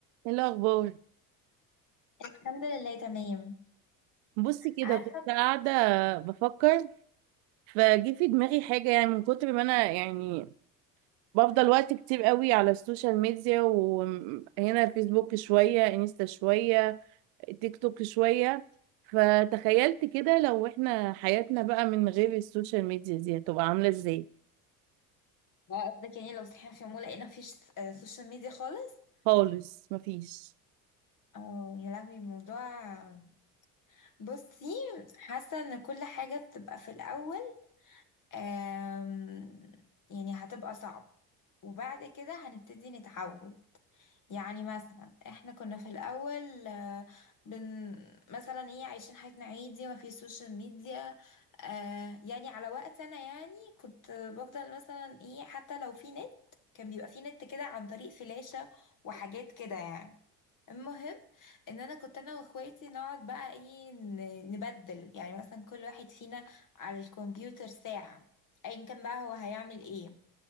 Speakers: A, on the right; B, on the left.
A: ايه الاخبار
B: الحمد لله تمام
A: بصي كده
B: عارفة
A: كنت قاعده بفكر فجي في دماغي حاجه يعني من كتر ما انا يعني بفضل وقت كتير قوي على السوشيال ميديا وهنا فيسبوك شويه انستا شويه تيك توك شويه فتخيلت كده لو احنا حياتنا بقى من غير السوشيال ميديا دي هتبقى عامله ازاي
B: بقى قصدك يعني لو صحينا في يوم ولقينا مفيش آه، سوشيال ميديا خالص
A: خالص مفيش
B: اه يا لهوي الموضوع بصي حاسة ان كل حاجة بتبقى في الأول آم، يعني هتبقى صعبة وبعد كده هنبتدي نتعود يعني مثلا احنا كنا في الاول آه، بن مثلا ايه عايشين حياتنا عادي ما في سوشيال ميديا آه يعني على وقت انا يعني كنت بفضل مثلا ايه حتى لو في نت كان بيبقى في نت كده عن طريق فلاشة وحاجات كده يعني المهم ان انا كنت انا واخواتي نقعد بقى ايه ن- نبدل يعني مثلا كل واحد فينا على الكمبيوتر ساعة ايا كان بقى هو هيعمل ايه